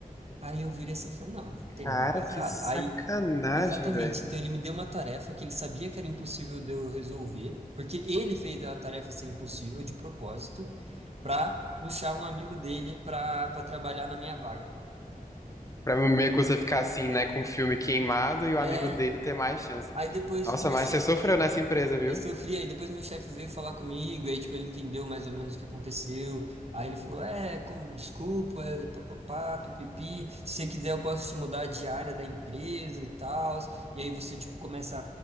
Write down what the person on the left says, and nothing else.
Cara,
que
sacanagem,
velho.
Pra meio que você ficar assim, né, com o filme queimado e o
amigo dele ter mais chance.
Nossa,
mas
você sofreu nessa empresa, viu?